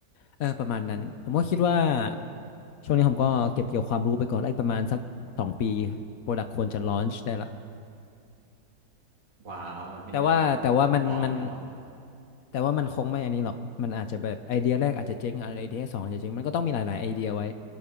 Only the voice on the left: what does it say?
เออประมาณนั้นผมก็คิดว่าช่วงนี้ผมก็เก็บเกี่ยวความรู้ไปก่อนได้ประมาณสักสองปีโปรดักควรจะลอนช์ได้ละ
แต่ว่าแต่ว่ามันมัน
แต่ว่ามันคงไม่อันนี้หรอกมันอาจจะแบบไอเดียแรกอาจจะเจ๊งไอเดียสองอาจจะเจ๊งมันก็ต้องมีหลายๆไอเดียไว้